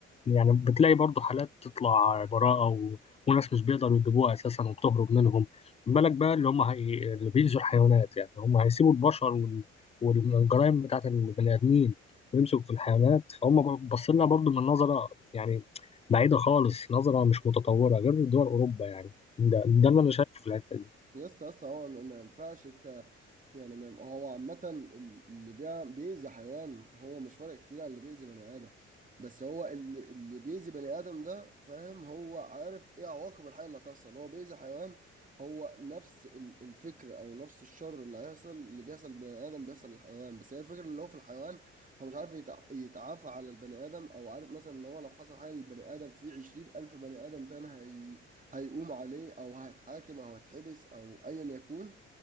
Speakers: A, on the left; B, on the right.
A: يعني بتلاقي برضه حالات تطلع براءه و... وناس مش بيقدروا يجيبوها اساسا وبتهرب منهم بالك بقى اللي هم هي... اللي بيأذوا الحيوانات يعني هم هيسيبوا البشر وال... والجرائم بتاعت البني ادمين ويمسكوا في الحيوانات فهم باصين لنا برضه من نظره يعني بعيده خالص نظره مش متطوره غير دول اوروبا يعني ده, ده اللي انا شايفه في الحته دي
B: يا اسطى يا اسطى هو ما ينفعش انت يعني ما هو عامة اللي بيع- بيأذي حيوان هو مش فارق كتير عن اللي بيأذي بني آدم بس هو اللي, اللي بيأذي بني آدم ده فاهم هو عارف ايه عواقب الحاجة اللي هتحصل هو بيأذي حيوان هو نفس ال- الفكر او نفس الشر اللي هيحصل اللي بيحصل لبني آدم بيحصل للحيوان بس هي الفكرة اللي هو في الحيوان هو مش عارف يتع- يتعافى على البني آدم او عارف مثلا ان هو لو حصل حاجة للبني آدم في عشرين ألف بني آدم تاني هي هيقوم عليه او هيتحاكم او هيتحبس او ايا يكون